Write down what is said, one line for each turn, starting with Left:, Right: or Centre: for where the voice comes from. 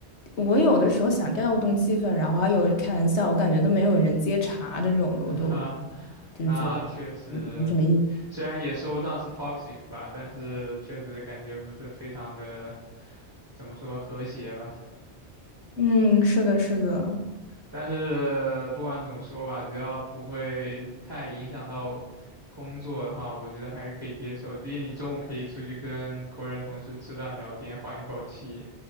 Left: 我有的时候想调动气氛，然后还有开玩笑，我感觉都没有人接茬这种的，
Right: 哈，
Left: 我都
Right: <laughs>
Left: 就觉得嗯没什么意思。
Right: 那确实，虽然也说不上是 toxic 吧，但是确实感觉不是非常的，怎么说和谐吧。
Left: 嗯，是的，是的，
Right: 但是不管怎么说吧，只要不会太影响到工作的话，我觉得还是可以接受的。毕竟你中午可以出去跟国人同事吃饭聊天，缓一口气。